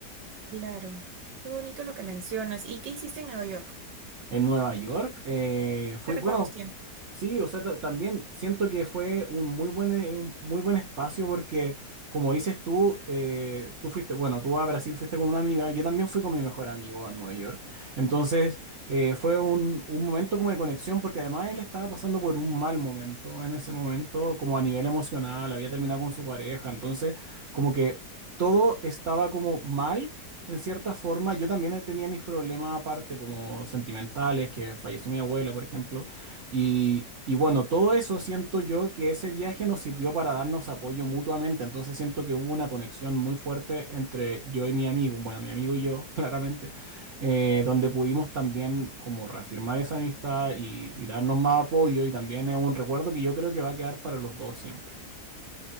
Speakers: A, on the right (about 80°); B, on the right (about 45°).
A: Claro, qué bonito lo que mencionas. ¿Y qué hiciste en Nueva York?
B: En Nueva York, eh, fui,
A: ¿Qué recuerdos
B: bueno,
A: tienes?
B: sí, o sea, ta- también siento que fue un muy buen, eh, un muy buen espacio porque, como dices tú, eh, tú fuiste, bueno, tú a Brasil fuiste con una amiga, yo también fui con mi mejor amigo a Nueva York, entonces eh, fue un, un momento como de conexión porque además él estaba pasando por un mal momento en ese momento, como a nivel emocional, había terminado con su pareja, entonces como que todo estaba como mal en cierta forma, yo también tenía mis problemas aparte, como sentimentales, que falleció mi abuela, por ejemplo. Y, y bueno, todo eso siento yo que ese viaje nos sirvió para darnos apoyo mutuamente. Entonces siento que hubo una conexión muy fuerte entre yo y mi amigo, bueno, mi amigo y yo, <laughs> claramente, eh, donde pudimos también como reafirmar esa amistad y, y darnos más apoyo. Y también es un recuerdo que yo creo que va a quedar para los dos siempre.